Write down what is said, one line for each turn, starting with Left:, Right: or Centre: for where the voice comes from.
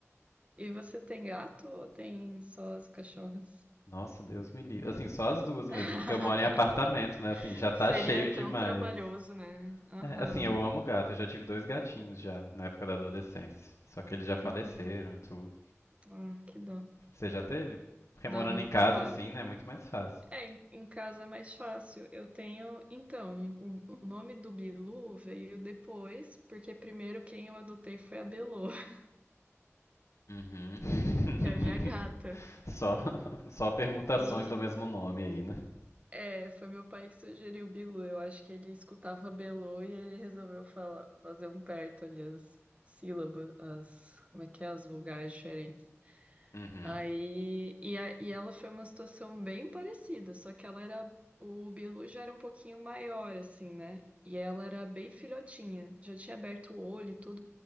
Right: E você tem gato ou tem só as cachorras?
Left: Nossa, Deus me livre. Assim, só as duas mesmo,
Right: <laughs>
Left: porque eu moro em apartamento, né? Assim, já tá
Right: Seria
Left: cheio demais.
Right: tão trabalhoso, né? Aham.
Left: É, assim, eu amo gato. Eu já tive dois gatinhos já, na época da adolescência. Só que eles já faleceram
Right: Uhum.
Left: e tudo.
Right: Ah, que dó.
Left: Você já teve? Porque
Right: Dá
Left: morando
Right: muito
Left: em casa,
Right: trabalho.
Left: assim, né, é muito mais fácil.
Right: É, em em casa é mais fácil. Eu tenho. Então, o o nome do Bilu veio depois, porque primeiro quem eu adotei foi a Belô, <laughs>
Left: Uhum.
Right: que é a minha gata.
Left: <laughs> Só, só permutações
Right: E
Left: do mesmo nome aí, né?
Right: é, foi meu pai que sugeriu o Bilu. Eu acho que ele escutava Belô e ele resolveu falar, fazer um perto ali as sílabas, as, como é que é, as vogais diferentes.
Left: Uhum.
Right: Aí, e, a- e ela foi uma situação bem parecida, só que ela era, o Bilu já era um pouquinho maior, assim, né? E ela era bem filhotinha, já tinha aberto o olho e tudo,